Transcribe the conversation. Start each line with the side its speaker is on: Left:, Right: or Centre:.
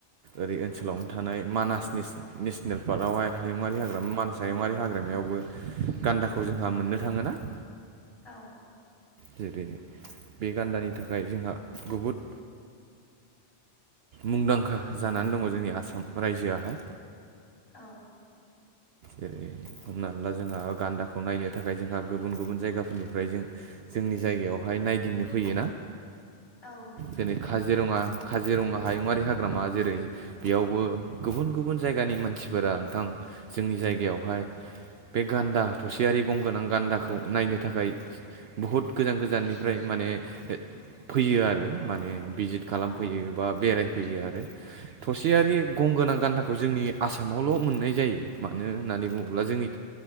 Right: ओरै ओनसोलावनो थानाय मानासनिस नेसनेल फार्गगावहाय हायुङारि हाग्रामा मानास हायुङरारि हाग्रामायावबो गान्दाखौ जोंहा मोननो थाङोना <inaudible>
Left: औ
Right: जेरै बे गान्दानि थाखाय जोंहा गुबहुद मुंदांखा जानानै दङ जोंनि आसाम रायजोआहाय
Left: औ
Right: जेरै हमनानै ला जोंहा गान्दाखौ नायनो थाखाय जोंहा गुबुन गुबुन जायगाफोरनिफ्राय जों जोंनि जायगायावहाय नायदिंनो फैयोना
Left: औ नोंगौ
Right: जेरै काजिरङा काजिरङा हायुङारि हाग्रामा जेरै बेयावबो गुबुन गुबुन जायगानि मानसिफोरा नोंथां जोंनि जायगायाव बेवहाय बे गान्दा थसेयारि गंगोनां गान्दाखौ नायनो थाखाय बहुत गोजान गोजाननिफ्राय माने फैयो आरो माने भिजिट खालामफैयो
Left: औ
Right: बा बेरायफैयो आरो थसेयारि गंगोनां गान्दाखौ जोंनि आसाम आसामावल' मोननाय जायो मानो होननानै बुङोब्ला जोंनि